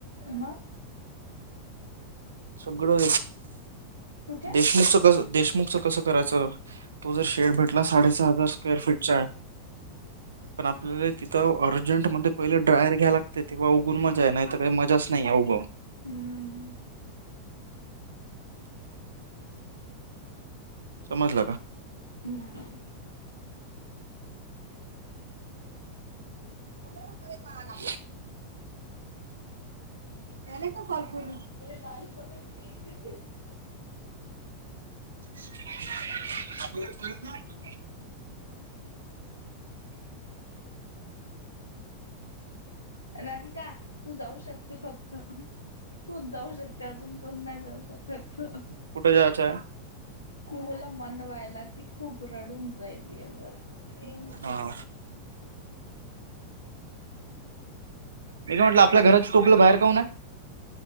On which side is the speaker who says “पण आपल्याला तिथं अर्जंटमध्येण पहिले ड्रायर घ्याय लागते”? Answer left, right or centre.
Right